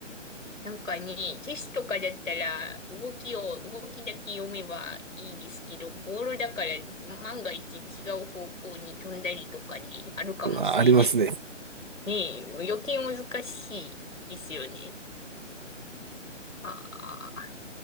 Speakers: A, on the left; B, on the right.
A: なんかね、チェスとかだったら、動きを、動きだけ読めばいいですけど、ボールだから、万が一違う方向に飛んだりとかね、あるかもしれない。
B: うわありますね。
A: ねえ、余計難しいですよね。ああ。